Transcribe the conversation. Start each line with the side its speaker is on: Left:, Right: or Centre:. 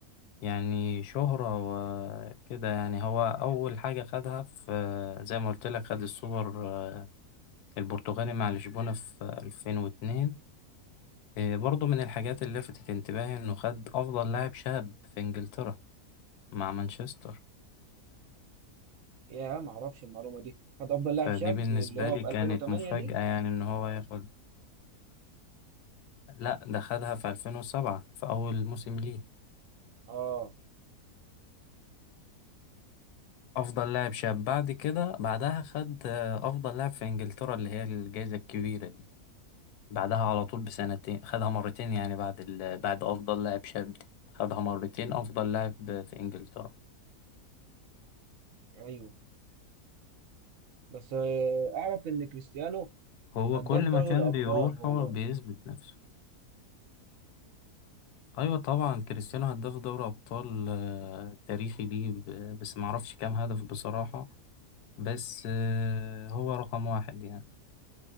Left: يعني شهرة وكده يعني هو أول حاجة خدها في آه، زي ما قلت لك خد السوبر آه، البرتغالي مع لشبونة في 2002 آه، برضو من الحاجات اللي لفتت انتباهي إنه خد أفضل لاعب شاب في إنجلترا مع مانشستر
Right: يا ما اعرفش المعلومه دي خد افضل لاعب
Left: فدي
Right: شاب
Left: بالنسبة
Right: اللي هو
Left: لي
Right: في
Left: كانت
Right: 2008
Left: مفاجأة
Right: دي
Left: يعني إن هو ياخد لأ ده خدها في 2007 في أول موسم ليه
Right: اه
Left: افضل لاعب شاب بعد كده بعدها خد آه، افضل لاعب في انجلترا اللي هي الجائزة الكبيرة دي بعدها على طول بسنتين خدها مرتين يعني بعد ال... بعد افضل لاعب شاب دي خدها مرتين افضل لاعب في انجلترا
Right: ايوه بس آه، اعرف ان كريستيانو
Left: هو
Right: هداف
Left: كل
Right: دوري
Left: مكان
Right: الأبطال
Left: بيروح
Right: هو
Left: هو بيثبت نفسه ايوه طبعا كريستيانو هداف دوري ابطال آه، تاريخي ليه ب- بس ما اعرفش كام هدف بصراحة بس آه، هو رقم واحد يعني